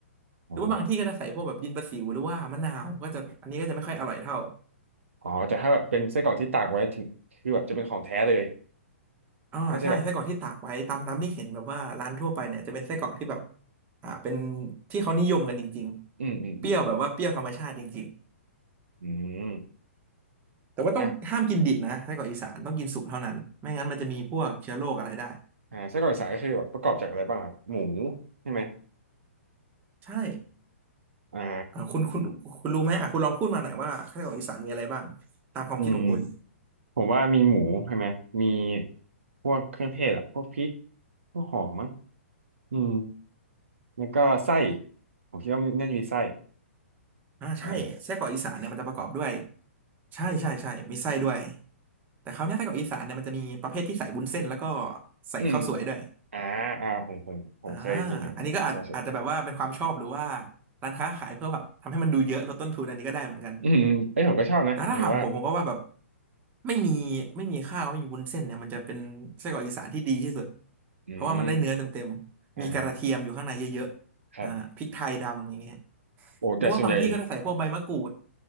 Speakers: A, on the right (about 65°); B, on the right (about 25°).
A: อ๋อ
B: หรือว่าบางที่ก็จะใส่พวกแบบดินประสิวหรือว่ามะนาวก็จะอันนี้ก็จะไม่ค่อยอร่อยเท่า
A: อ๋อแต่ถ้าแบบเป็นไส้กรอกที่ตากไว้ถึงคือแบบจะเป็นของแท้เลย
B: อ่าใช่ไส้กรอกที่ตากไว้ตามตามที่เห็นแบบว่าร้านทั่วไปเนี่ยจะเป็นไส้กรอกที่แบบ
A: ก็จะแบบ
B: อ่าเป็นที่เขานิยมกันจริงๆเปรี้ยวแบบว่าเปรี้ยวธรรมชาติจริง
A: อืมอืมอืมอืมอืม
B: ๆแต่ว่าต้องห้ามกินดิบนะไส้กรอกอีสานต้องกินสุกเท่านั้นไม่งั้นมันจะมีพวกเชื้อโรคอะไรได้
A: อ่ะอ่าไส้กรอกอีสานก็คือแบบประกอบจากอะไรบ้างครับหมูใช่ไหม
B: ใช่
A: อ่า
B: อ่าคุณคุณคุณรู้ไหมอ่ะคุณลองพูดมาหน่อยว่าไส้กรอกอีสานมีอะไรบ้างตามความคิดของคุณ
A: อืมผมว่ามีหมูใช่ไหมมีพวกเครื่องเทศอ่ะพวกพริกพวกหอมมั้งอืมแล้วก็ไส้ผมคิดว่ามันน่าจะมีไส้
B: อ่าใช่ไส้กรอกอีสานเนี่ยมันจะประกอบด้วย
A: อ่า
B: ใช่ใช่ใช่มีไส้ด้วยแต่คราวเนี้ยไส้กรอกอีสานเนี่ยมันจะมีประเภทที่ใส่วุ้นเส้นแล้วก็ใส่ข้าวสวยด้วย
A: อืมอ่าอ่าผมผมผมเคยกินอยู่ใช่ใช่
B: อ่าอันนี้ก็อาจอาจจะแบบว่าเป็นความชอบหรือว่าร้านค้าขายเพื่อแบบทำให้มันดูเยอะลดต้นทุนอันนี้ก็ได้เหมือนกัน
A: อืมอืมเอ้ยผมก็ชอบนะหมายถึงว่า
B: แต่ถ้าถามผมผมก็ว่าแบบไม่มีไม่มีข้าวไม่มีวุ้นเส้นเนี่ยมันจะเป็นไส้กรอกอีสานที่ดีที่สุด
A: อืม
B: เพราะว่ามันได้เนื้อเต็มๆมีกระเทียมอยู่ข้างในเยอะๆอ่าพริกไทยดำอย่างเงี้ย
A: อ่าครับโอ้แต่ส่วนใหญ่
B: หรือว่าบางที่ก็จะใส่พวกใบมะกรูด